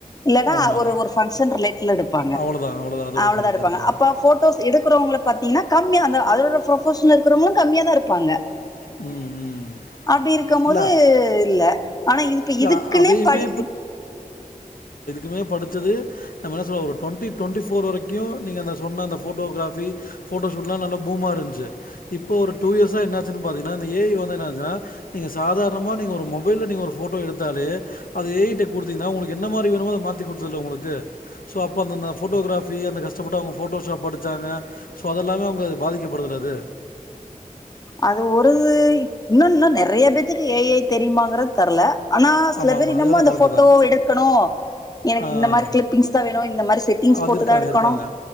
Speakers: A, on the left; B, on the left.
A: இல்லனா
B: ஆமா.
A: ஒரு ஒரு பங்க்ஷன் ரிலேட்ல எடுப்பாங்க
B: அவ்வளதான், அவ்வளதான். அதோட
A: அவ்ளோ
B: சரி.
A: தா எடுப்பாங்க
B: கரெக்ட்டு தான்.
A: அப்போ போட்டோஸ் எடு க்கறவங்க பாத்தீங்கன்னா கம்மியாதா அ அதோட ப்ரொபஷனல் இருக்கறவங்களு கம்மியா தா இருப்பாங்க
B: ம் ம்
A: அப்டி இருக்கும் போது
B: இல்ல
A: இல்ல ஆனா இதுப்ப
B: இல்ல
A: இதுக்குன்னே
B: அதையுமே
A: படி
B: மே படிச்சது நம்ம என்ன சொல்லலா ஒரு டுவெண்ட்டி டுவெண்ட்டி ஃபோர் வரைக்கு நீங்க அந்த சொன்ன அந்த ஃபோட்டோகிரஃபி ஃபோட்டோஷூட்லா நல்ல பூமாருந்துச்சு இப்போ ஒரு டூ இயர்ஸா என்னா பாத்தீங்ன்னா அந்த ஏ ஐ வந்ததுனால தா நீங்க சாதாரணமா நீங்க ஒரு மொபைல்ல நீங்க ஒரு போட்டோ எடுத்தாலே அது ஏ ஐ ட்ட குடுத்தீங்னா உங்களுக்கு என்ன மாதிரி வேணுமோ அத மாத்தி குடுத்துருதுல உங்களுக்கு சோ அப்ப அந்தந்த போட்டோகிராபி அந்த கஷ்டப்பட்டு அவங்க போட்டோ ஷாப் படிச்சாங்க சோ அதெல்லாமே அவங்க பாதிக்கப்படுதுல அது
A: அது ஒரு இன்னு இன்னு நெறைய பேத்துக்கு ஏ ஐ தெரியுமாங்கறது தெர்ல ஆனா சில
B: ஆமா,
A: பேர்
B: ஆமா.
A: இன்னமும்
B: அது வேணா
A: அந்த
B: கரெக்ட்டு
A: போட்டோ
B: தான்.
A: எடுக்கணு எனக்கு
B: ஆ.
A: இந்த மாதிரி கிளிப்பிங்ஸ் தா வேணு இந்த மாதிரி செட்டிங்ஸ்
B: அது
A: போட்டுதா
B: இருக்காங்க
A: எடுக்கணு
B: இருக்காங்க